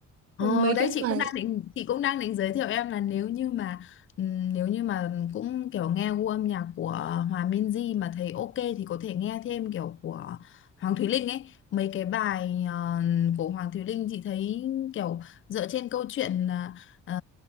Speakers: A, on the left; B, on the right.
A: Ờ,
B: Ừ, mấy
A: đấy
B: cái
A: chị
B: bài
A: cũng đang định chị cũng đang định giới thiệu em là nếu như mà ừm, nếu như mà cũng kiểu nghe gu âm nhạc của Hòa Minzy mà thấy ok thì có thể nghe thêm kiểu của Hoàng Thùy Linh ấy mấy cái bài ờ, của Hoàng Thùy Linh chị thấy kiểu dựa trên câu chuyện là ờ,